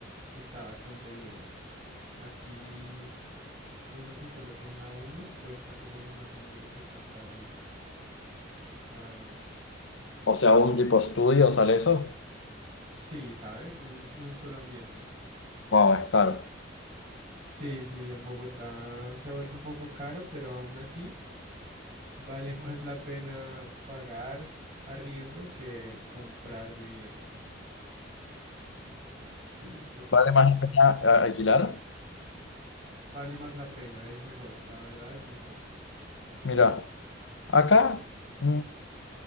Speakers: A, on the right (about 30°); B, on the left (about 80°).
A: está bastante bien. Aquí uno que solo tenga uno cuesta como el- más o menos lo que estás pagando, la verdad.
B: O sea, un tipo estudio sale eso,
A: Sí, ¿sabes? Un, un solo ambiente.
B: wow, es caro.
A: Sí, sí, en Bogotá se ha vuelto un poco caro, pero aún así vale <laughs> más la pena pagar arriendo que comprar vivienda. Sí, total.
B: ¿Vale más la pena eh, alquilar?
A: Vale más la pena, es mejor, la verdad es mejor.
B: Mira, acá... mm,